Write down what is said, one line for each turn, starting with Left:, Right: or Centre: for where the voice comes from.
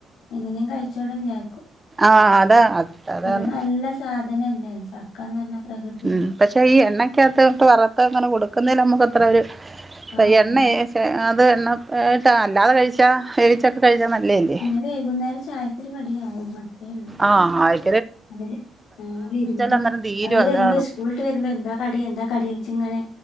Left: എങ്ങനേം കഴിചോട്ടെന്ന് വിജാര്ക്കും
Right: ആ അതാ അതാണ്
Left: പിന്നെ നല്ല സാധനല്ലേ ചക്കാന്ന് പർഞ്ഞാ പ്രകൃതി
Right: ഉം പക്ഷെ ഈ എണ്ണക്കകത്ത് ഇട്ട് വറത്ത് അങ്ങനെ കൊടുക്കുന്നെല് നമുക്ക് അത്ര ഒര്
Left: ആഹ് അതെ
Right: എണ്ണ അത് എണ്ണ ഇട്ടാ അല്ലാതെ കഴിച്ചാ നേരിച്ചൊക്ക കഴിച്ചാ നല്ലേല്ലേ
Left: ത് വൈകുന്നേരം ചായക്കരു കടിയാവും അത്രേ ഒള്ളൂ
Right: ആ ആയി
Left: അവര് ആ വരുമ്പോ
Right: അന്നേരം തീരും
Left: അവര്
Right: അതാണ്
Left: വരുമ്പ സ്കൂൾട്ട് വരുമ്പ എന്താ കടി എന്താ കടി ഓയ്ച് ഇങ്ങനെ